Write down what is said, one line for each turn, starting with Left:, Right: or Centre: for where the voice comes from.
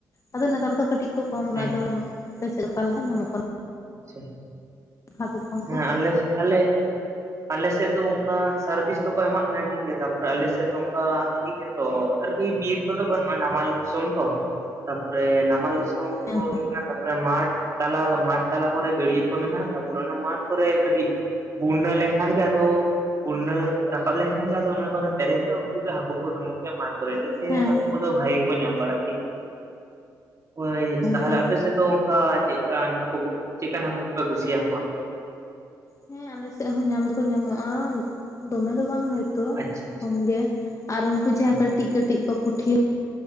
Left: ᱟᱫᱚ ᱱᱮᱛᱟᱨ ᱫᱚ ᱠᱟᱹᱴᱤᱡ ᱠᱚ ᱠᱚᱢ ᱮᱱᱟ
Right: ᱦᱩᱸ
Left: ᱟᱫᱚ ᱪᱮᱫᱠᱟ ᱞᱮᱠᱟ ᱧᱟᱢᱚᱜ ᱠᱟᱱᱟ
Right: ᱟᱪᱪᱷᱟ
Left: ᱦᱟᱹᱠᱩ ᱠᱚᱢ
Right: ᱦᱮᱸ
Left: ᱠᱚ
Right: ᱟᱞᱮ ᱟᱞᱮ᱾ ᱟᱞᱮᱥᱮᱫ ᱫᱚ ᱚᱱᱠᱟ ᱥᱟᱨ ᱵᱤᱥ ᱫᱚᱠᱚ ᱮᱢᱟᱜ ᱠᱟᱱᱟ ᱴᱷᱤᱠᱜᱮᱭᱟ ᱛᱟᱯᱚᱨᱮ ᱟᱞᱮᱥᱮᱫ ᱫᱚ ᱚᱱᱠᱟ ᱛᱚ ᱟᱨᱠᱤ ᱵᱤᱨ ᱠᱚ ᱫᱚ ᱵᱟᱹᱱᱩᱜ ᱼᱟ ᱱᱟᱢᱟᱞ ᱫᱤᱥᱚᱢ ᱛᱚ ᱛᱟᱯᱚᱨᱮ ᱱᱟᱢᱟᱞ ᱫᱤᱥᱚᱢ
Left: ᱦᱮᱸ
Right: ᱛᱚ ᱦᱩᱭᱩᱜ ᱠᱟᱱᱟ ᱛᱟᱯᱚᱨᱮ ᱢᱟᱴᱷ ᱛᱟᱞᱟ ᱢᱟᱴᱷ ᱛᱟᱞᱟ ᱠᱚᱨᱮ ᱜᱟᱹᱲᱭᱟᱹ ᱠᱚ ᱢᱮᱱᱟᱜᱼᱟ ᱛᱟᱯᱚᱨᱮ ᱚᱱᱟ ᱢᱟᱴᱷ ᱠᱚᱨᱮ ᱠᱟᱹᱴᱤᱡ ᱵᱩᱱᱱᱟᱹ ᱞᱮᱱᱠᱷᱟᱱ ᱜᱮ ᱟᱫᱚ ᱵᱩᱱᱱᱟᱹ ᱨᱟᱠᱟᱵ ᱞᱮᱱᱠᱷᱟᱱ ᱜᱮ ᱚᱱᱟ ᱠᱚᱨᱮ ᱯᱮᱸᱨᱮᱡᱚᱜᱼᱟ ᱩᱱᱠᱩ ᱜᱮ ᱦᱟᱹᱠᱩ ᱠᱚ ᱳᱰᱳᱝ ᱚᱜ ᱜᱮᱭᱟ ᱢᱟᱴᱷ ᱠᱚᱨᱮ ᱤᱱᱟᱹᱛᱮ
Left: ᱦᱮᱸ
Right: ᱦᱟᱹᱠᱩ ᱠᱚᱫᱚ ᱵᱷᱟᱜᱮ ᱜᱮᱠᱚ ᱧᱟᱢ ᱵᱟᱲᱟᱜ ᱜᱮᱭᱟ᱾ ᱦᱳᱭ ᱛᱟᱦᱟᱞᱮ
Left: ᱦᱮᱸ
Right: ᱟᱯᱮ ᱥᱮᱫ ᱫᱚ ᱚᱱᱠᱟ ᱪᱮᱫᱠᱟᱱ ᱦᱟᱹᱠᱩ ᱠᱚ ᱪᱮᱫᱠᱟᱱ ᱦᱟᱹᱠᱩ ᱠᱚᱯᱮ ᱠᱩᱥᱤᱭᱟᱠᱚᱣᱟ?
Left: ᱦᱮᱸ ᱟᱞᱮ ᱥᱮᱫ ᱦᱚᱸ ᱧᱟᱢ ᱫᱚᱠᱚ ᱧᱟᱢᱚᱜᱼᱟ ᱫᱚᱢᱮ ᱫᱚ ᱵᱟᱝ ᱦᱚᱭᱛᱳ
Right: ᱟᱪᱪᱷᱟ ᱟᱪᱪᱷᱟ
Left: ᱠᱚᱢ ᱜᱮ ᱟᱨ ᱩᱱᱠᱩ ᱡᱟᱦᱟᱸ
Right: ᱦᱩᱸ
Left: ᱠᱟᱹᱴᱤᱡ ᱠᱟᱹᱴᱤᱡ ᱠᱚ ᱯᱩᱴᱷᱤ